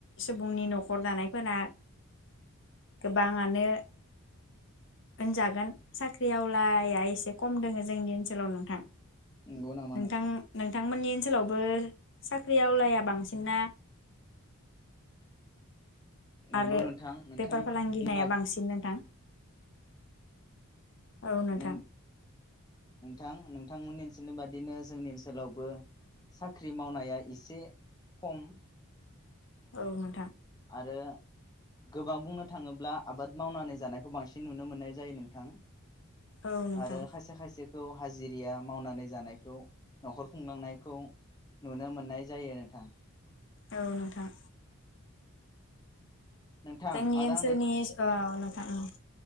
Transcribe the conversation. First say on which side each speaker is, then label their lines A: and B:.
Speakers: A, on the left; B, on the left.
A: सुबुंनि नखर दानायफोरा गोबाङानो होनजागोन साख्रि आवलाया एसे खम दङो जोंनि ओनसोलाव नोंथां।
B: नंगौ नामा
A: नोंथां नोंथांमोननि ओनसोलावबो साख्रियावलाया बांसिना
B: नंगौ
A: आरो
B: नोंथां नोंथांमोननि
A: बेफार फालांगि
B: बादि
A: बांसिन नोंथां औ नोंथां
B: नों नोंथां नोंथांमोननि ओनसोलनि बादिनो जोंनि ओनसोलावबो साख्रि मावनाया एसे खम
A: औ नोंथां।
B: आरो गोबां बुंनो थाङोब्ला आबाद मावनानै जानायखौ बांसिन नुनो मोननाय जायो नोंथां
A: औ नोंथां
B: आरो हायसे हायसे खौ हाजिरिया मावनानै जानायखौ नखर खुंलांनायखौ नुनो मोननाय जायो नोंथां।
A: औ नोंथां
B: नोंथां
A: जोंनि
B: आरो
A: ओनसोलनि
B: आं नों
A: औ नोंथां औ